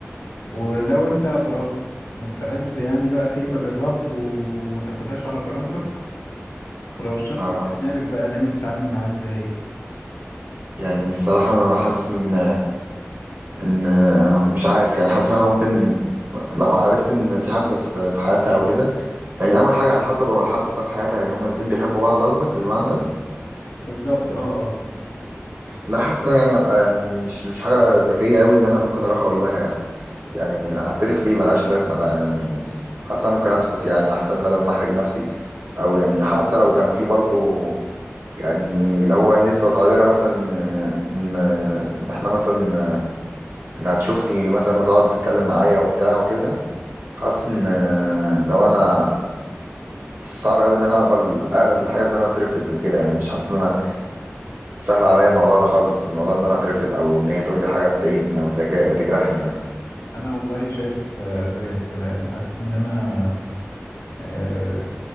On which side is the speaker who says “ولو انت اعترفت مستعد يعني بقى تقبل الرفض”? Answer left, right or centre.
Left